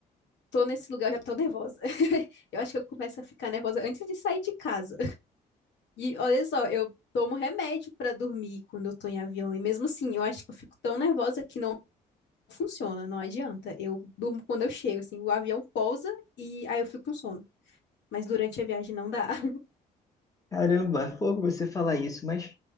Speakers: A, on the left; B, on the left.
A: tô nesse lugar, eu já tô nervosa. <laughs> Eu acho que eu começo a ficar nervosa antes de sair de casa. E olha só, eu tomo remédio pra dormir quando eu tô em avião. E mesmo assim, eu acho que eu fico tão nervosa que não funciona, não adianta. Eu durmo quando eu chego, assim, o avião pousa e aí eu fico com sono. Mas durante a viagem não dá. <laughs>
B: Caramba, é fogo você falar isso, mas,